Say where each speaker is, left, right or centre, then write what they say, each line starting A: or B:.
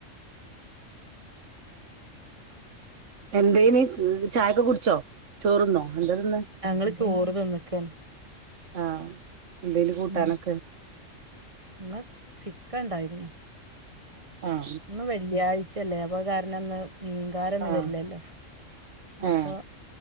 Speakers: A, on the right; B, on the right.
A: എന്തേനി ചായൊക്കെ കുടിച്ചോ ചോറന്നോ എന്ത തിന്ന
B: ഞങ്ങള് ചോറ് തിന്നക്കാണ്
A: ആഹ് എന്തേനി കൂട്ടാനൊക്കെ?
B: ഉം ഇന്ന് ചിക്കൻണ്ടായിരുന്നു.
A: ആഹ്
B: ഇ ന്ന് വെള്ളിയാഴ്ചല്ലേ അപ്പ കാരണം ഒന്ന് മീകാരൊന്നും
A: ആഹ്
B: വരില്ലല്ലോ അപ്പൊ
A: ഏഹ്